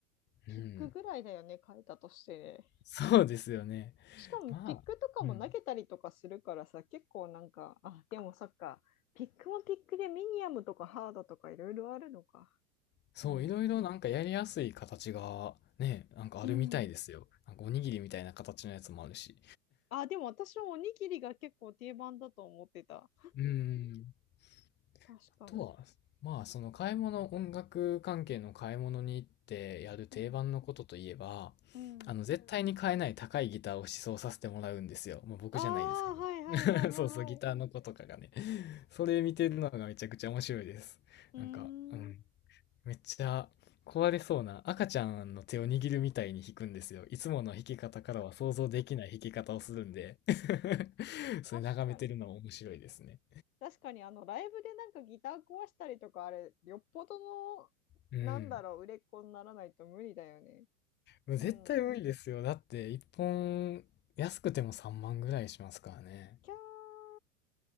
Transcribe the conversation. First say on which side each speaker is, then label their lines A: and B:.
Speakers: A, on the left; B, on the left.
A: ピックぐらいだよね、
B: うん。
A: 買えたとして
B: そうですよね。
A: しかもピックとかも投げたりとかするからさ、
B: まあ、うん。
A: 結構なんか、あ、でもそっか、ピックもピックでミニアムとかハードとかいろいろあるのか。
B: そう、
A: うん。
B: いろいろなんかやりやすい形がね、なんかあるみたいですよ。
A: うん。
B: なんかおにぎりみたいな形のやつもあるし。
A: あ、でも私もおにぎりが結構定番だと思ってた。
B: うーん。
A: 確かに。
B: あとは、まあその買い物、音楽関係の買い物に行ってやる定番のことといえば、
A: うん。うん。
B: あの絶対に買えない高いギターを試奏させてもらうんですよ。まあ僕じゃないですけど。
A: ああ、はいはいはいはいはい。
B: <laughs> そうそう、ギターの子とかがね。それ見てるのがめちゃくちゃ面白いです。
A: うー
B: なんか、うん。
A: ん。
B: めっちゃ壊れそうな赤ちゃんの手を握るみたいに弾くんですよ。いつもの弾き方からは想像できない弾き方をするんで <laughs> それ眺めてるのも面白いですね。
A: 確かに。確かに、あの、ライブでなんかギター壊したりとか、あれ、よっぽどの、
B: うん。
A: なんだろう、売れっ子にならないと無理だよね。
B: もう絶対無理ですよ。
A: うん。
B: だって1本安くても3万ぐらいしますからね。
A: キャー